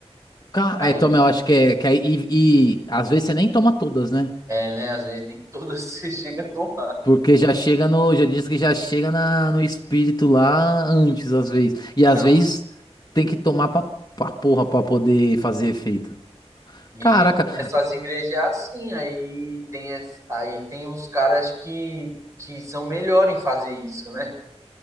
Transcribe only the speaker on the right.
Aí,
é, né, às vezes nem todas <laughs> você chega a tomar.
Não.
E
aí nessas igrejas é assim, aí tem, as- aí tem uns caras que, que são melhores em fazer isso, né?